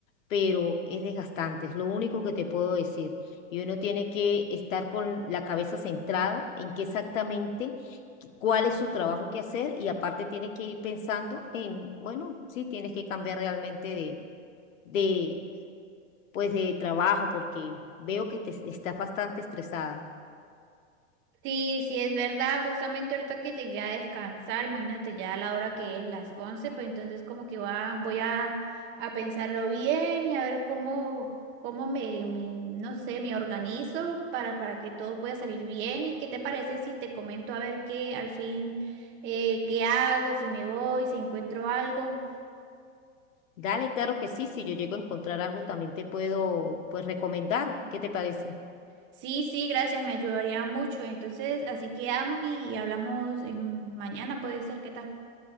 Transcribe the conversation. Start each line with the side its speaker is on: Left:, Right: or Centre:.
Left: pero es desgastante, es lo único que te puedo decir. Y uno tiene que estar con la cabeza centrada en qué exactamente, qué- cuál es su trabajo que hacer y aparte tiene que ir pensando en, bueno, sí, tienes que cambiar realmente de, pues, de trabajo, porque veo que te es- estás bastante estresada.
Right: Sí, sí, es verdad. Justamente ahorita que llegué a descansar, imagínate ya a la hora que es las 11. pues entonces como que va, voy a, a pensarlo bien y a ver cómo, cómo me, me- no sé, me organizo para, para que todo pueda salir bien. ¿Y qué te parece si te comento a ver qué al fin, eh, qué hago, si me voy, si encuentro algo?
Left: Dale, claro que sí, si yo llego a encontrar algo, también te puedo, pues, recomendar. ¿Qué te parece?
Right: Sí, sí, gracias, me ayudaría mucho. Entonces, así quedamos y hablamos en un, mañana, puede ser, ¿qué tal?